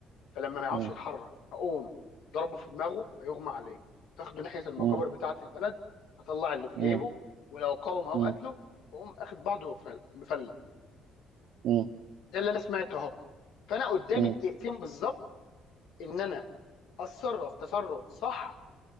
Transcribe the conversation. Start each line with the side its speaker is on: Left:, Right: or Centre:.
Left: فلما ما يعرفش
Right: مم.
Left: يتحرك هقوم ضربه في دماغه فيغمى عليه فاخده ناحيه المقابر
Right: مم.
Left: بتاعه البلد اطلع اللي في
Right: مم.
Left: جيبه ولو قاوم هقوم
Right: مم.
Left: قتله واقوم اخد بعضه ومفلق
Right: مم.
Left: ده اللي انا سمعته اهو فانا قدامي
Right: مم.
Left: دقيقتين بالظبط ان انا اتصرف تصرف صح